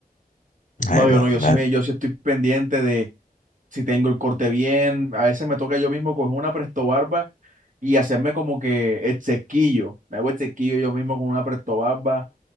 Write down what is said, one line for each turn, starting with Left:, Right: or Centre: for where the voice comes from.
Left: La
Right: no,
Left: verdad,
Right: yo no, yo
Left: la verdad.
Right: sí me, yo sí estoy pendiente de si tengo el corte bien. A veces me toca yo mismo coger una presto barba y hacerme como que el sequillo. Me hago el sequillo yo mismo con una presto barba